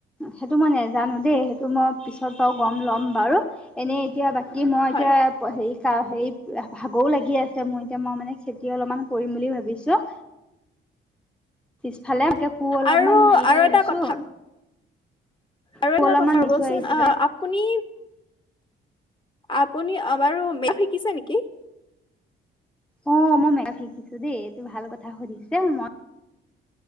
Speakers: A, in the centre; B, on the left.
A: সেইটো মই নেজানো দেই সেইটো মই পিছত বাৰু গম ল'ম বাৰু এনেই এতিয়া বাকী কি মই
B: হয়
A: এতিয়া হেৰি কা হেৰি ভাগৰও লাগি আছে মোৰ এতিয়া মই মানে খেতি অলপমান কৰিম বুলি ভাবিছোঁ। পিছফালে তাকে কোৰ অলপমান
B: আৰু
A: মাৰিব
B: আৰু
A: আহিছো
B: এটা কথা আৰু
A: কোৰ
B: এটা
A: অলপমান
B: কথা
A: মাৰি
B: ৰবচোন
A: থৈ আহিছো
B: আহ আপুনি আপুনি বাৰু মেকাপ শিকিছে নেকি? <unintelligible>
A: অঁ মই মেকাপ শিকিছো দেই এইটো ভাল কথা সুধিছা। মই